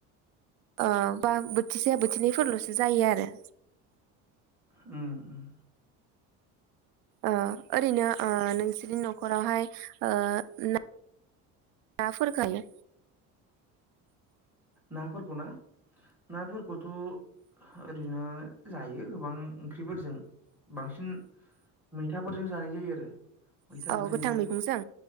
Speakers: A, on the right (about 75°); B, in the centre.
A: ओ बा बोथिसे बोथिनैफोरल'सो जायो आरो।
B: उम।
A: ओ ओरैनो ओ नोंसोरनि न'खरावहाय ओ ना <unintelligible> फोरखायो
B: नाफोरखौ ना नाफोरखौथ' ओरैनो जायो गोबां ओंख्रिफोरजों बांसिन मैथाफोरजों जानाय जायो आरो। मैथा
A: औ
B: ओंख्रिजों
A: गोथां मैगंजों